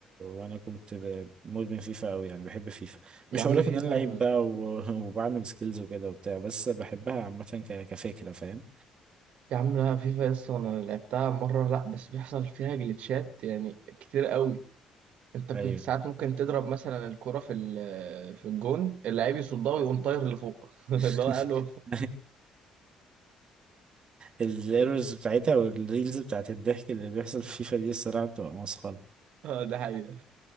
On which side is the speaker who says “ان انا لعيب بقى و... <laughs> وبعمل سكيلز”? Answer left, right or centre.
Right